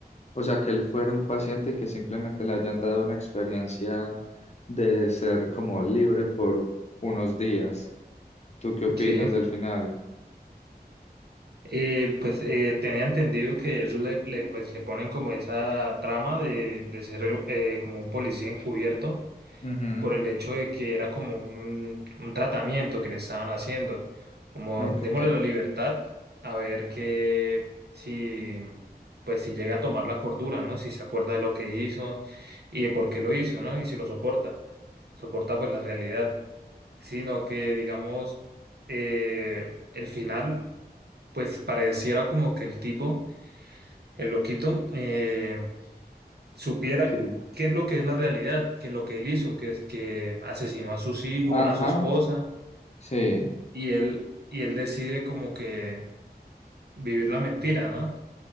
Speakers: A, on the left (about 40°); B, on the right (about 75°).
A: o sea, que él fuera un paciente y que simplemente le hayan dado una experiencia de ser como libre por unos días. ¿Tú qué opinas
B: sí.
A: del final?
B: Eh, pues eh, tenía entendido que él le, le, pues, le ponen como esa trama de, de ser eh, como un policía encubierto
A: Ujú,
B: por el hecho de que era como un, un tratamiento que le estaban haciendo, como
A: Ok.
B: démosle la libertad a ver que si, pues si llega a tomar la cordura, ¿no? Si se acuerda de lo que hizo y de por qué lo hizo, ¿no? Y si lo soporta, soporta pues la realidad, sino que digamos, eh, el final, pues pareciera como que el tipo, el loquito, eh, supiera
A: Sí.
B: qué es lo que es la realidad, que es lo que él hizo, que, es- que asesinó a sus hijos,
A: Ajá,
B: a su esposa,
A: sí,
B: y él, y él decide como que vivir la mentira, ¿no?